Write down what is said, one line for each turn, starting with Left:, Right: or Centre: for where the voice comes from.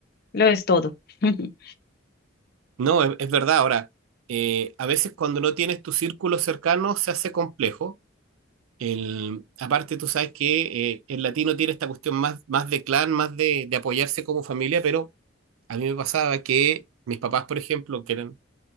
Left: lo es todo. <laughs>
Right: no, es, es verdad. Ahora, eh, a veces cuando no tienes tu círculo cercano se hace complejo. El, aparte, tú sabes que eh, el latino tiene esta cuestión más, más de clan, más de, de apoyarse como familia, pero a mí me pasaba que mis papás, por ejemplo, que eran